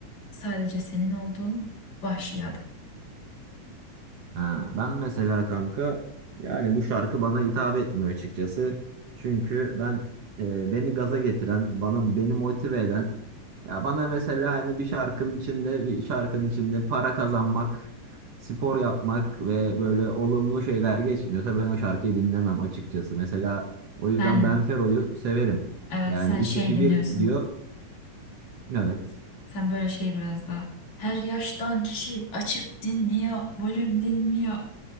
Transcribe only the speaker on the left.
Sadece senin olduğun vahşi ada.
Sen
evet
sen
şey
dinliyorsun.
Sen böyle şey biraz daha. Her yaştan kişi açıp dinliyor, volüm dinmiyor